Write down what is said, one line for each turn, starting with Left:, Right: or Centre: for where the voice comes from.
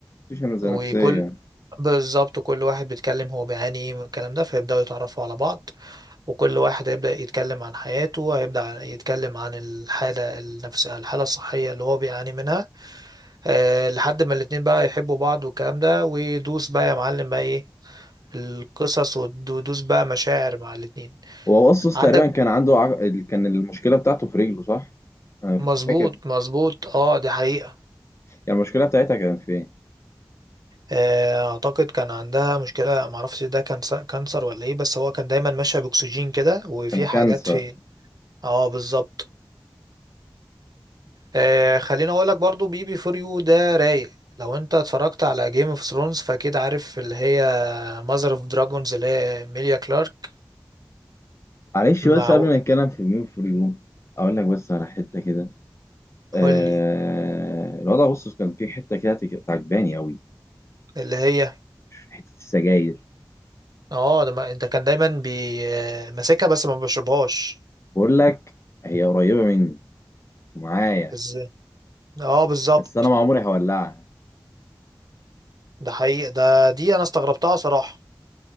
Left: مفيش انا زي
Right: وكل
Left: نفسيا
Right: بالظبط كل واحد بيتكلم هو بيعاني ايه من الكلام ده فيبداوا يتعرفوا على بعض وكل واحد هيبدا يتكلم عن حياته هيبدا يتكلم عن الحاله النفسيه الحاله الصحيه اللي هو بيعاني منها أه لحد ما الاتنين بقى يحبوا بعض والكلام ده ويدوس بقى يا معلم بقى ايه القصص ودوس بقى مشاعر مع الاتنين
Left: هو اغسطس
Right: عندك
Left: تقريبا كان عنده عق... ال- كان المشكله بتاعته في رجله صح انا ف-
Right: مظبوط
Left: فاكر
Right: مظبوط اه دي حقيقة
Left: يعني المشكله بتاعتها كانت في ايه
Right: آه، اعتقد كان عندها مشكلة معرفش ده كان س- كانسر ولا ايه بس هو كان دايما ماشية باكسجين كده وفي
Left: كان
Right: حاجات
Left: كانسر
Right: في اه بالظبط آه خليني اقول لك برضو بي بي فور يو ده رايق لو انت اتفرجت على جيم اوف ثرونز فاكيد عارف اللي هي ماذر اوف دراجونز اللي هي ميليا كلارك
Left: معلش
Right: مع
Left: بس قبل ما نتكلم في ميون فور يو اقول لك بس على حته كده
Right: قول
Left: آه...
Right: لي
Left: الوضع اغسطس كان فيه حته كده تك- عجباني قوي
Right: اللي هي
Left: حته السجاير
Right: اه ده ما- انت كان دايما بي آه، ماسكها بس ما بشربهاش
Left: بقول لك هي قريبه مني ومعايا
Right: ازاي اه بالظبط
Left: بس انا ما عمري هولعها
Right: ده حقيقي ده دي انا استغربتها صراحة